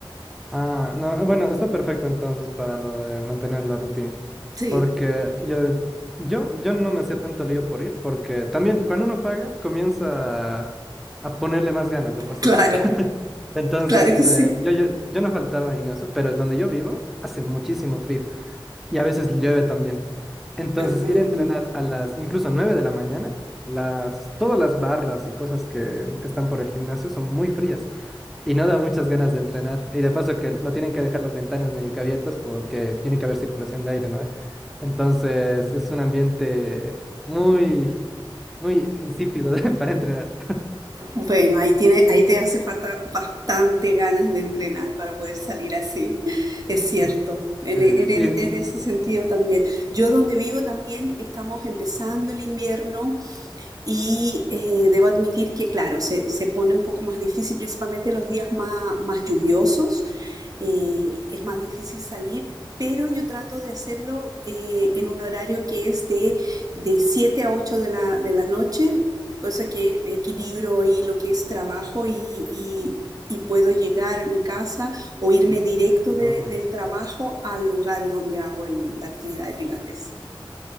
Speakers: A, in the centre; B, on the right.
A: Ah, no, bueno, está perfecto entonces para lo de mantener la rutina,
B: Sí,
A: porque yo, yo, yo no me hacía tanto lío por ir, porque también cuando uno paga comienza a, a ponerle más ganas de por sí.
B: claro,
A: Entonces,
B: claro que sí.
A: eh, yo, yo, yo no faltaba en eso, pero donde yo vivo hace muchísimo frío y a veces llueve también. Entonces,
B: Ah,
A: ir a entrenar a las incluso 9 de la mañana, las, todas las barras y cosas que están por el gimnasio son muy frías y no da muchas ganas de entrenar. Y de paso que lo tienen que dejar las ventanas medio que abiertas porque tiene que haber circulación de aire, ¿no? Entonces, es un ambiente muy, muy insípido <laughs> para entrenar.
B: Bueno, ahí tiene, ahí te hace falta bastante ganas de entrenar para poder salir así. Es cierto.
A: Mm.
B: En,
A: Sí,
B: e- en es-
A: y, mm,
B: en ese sentido también. Yo donde vivo también estamos empezando el invierno. Y eh, debo admitir que, claro, se, se pone un poco más difícil, principalmente los días más, más lluviosos. eh, es más difícil salir, pero yo trato de hacerlo eh, en un horario que es de, de 7 a 8 de la, de la noche, cosa que equilibro ahí lo que es trabajo y, y- y puedo llegar a mi casa o irme directo de-
A: no.
B: del trabajo al lugar donde hago el- la actividad de pilates.